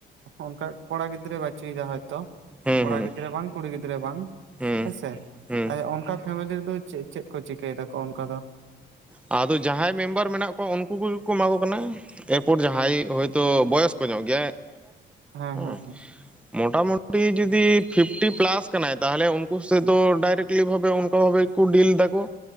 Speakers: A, on the right (about 75°); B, in the centre.
A: ᱚᱱᱠᱟ ᱠᱚᱲᱟ ᱜᱤᱫᱽᱨᱟᱹ ᱵᱟᱪᱩᱭ ᱮᱫᱟ ᱦᱚᱭ ᱛᱚ
B: ᱦᱩᱸ
A: ᱠᱚᱲᱟ
B: ᱦᱩᱸ
A: ᱜᱤᱫᱽᱨᱟᱹ ᱵᱟᱝ ᱠᱩᱲᱤ ᱜᱤᱫᱽᱨᱟᱹ ᱵᱟᱝ
B: ᱦᱩᱸ
A: ᱦᱮᱸ ᱥᱮ
B: ᱦᱩᱸ
A: ᱮ ᱚᱱᱠᱟ ᱯᱷᱮᱢᱮᱞᱤ ᱨᱮᱫᱚ ᱪᱮᱫ ᱪᱮᱫ ᱠᱚ ᱪᱤᱠᱟᱹᱭ ᱫᱟᱠᱚ ᱚᱱᱠᱟ ᱫᱚ?
B: ᱟᱫᱚ ᱡᱟᱦᱟᱸᱭ ᱢᱮᱢᱵᱟᱨ ᱢᱮᱱᱟᱜ ᱠᱚᱣᱟ ᱩᱱᱠᱩ ᱠᱚᱜᱮ ᱠᱚ ᱮᱢᱟ ᱠᱚ ᱠᱟᱱᱟ ᱮᱨ ᱯᱚᱨ ᱡᱟᱦᱟᱸᱭ ᱦᱚᱭ ᱛᱚ ᱵᱚᱭᱚᱥ ᱠᱚᱜ ᱧᱚᱜ ᱜᱮᱭᱟᱭ
A: ᱦᱮᱸ
B: ᱦᱩᱸ
A: ᱦᱮᱸ ᱦᱮᱸ
B: ᱢᱚᱴᱟ ᱢᱩᱴᱤ ᱡᱩᱫᱤ ᱯᱷᱤᱯᱴᱤ ᱯᱞᱟᱥ ᱠᱟᱱᱟᱭ ᱛᱟᱦᱚᱞᱮ ᱩᱱᱠᱩ ᱥᱮᱫ ᱫᱚ ᱰᱟᱭᱨᱮᱠᱴᱞᱤ ᱵᱷᱟᱵᱮ ᱚᱱᱠᱟ ᱵᱷᱟᱵᱮ ᱠᱩ ᱰᱤᱞ ᱫᱟᱠᱚ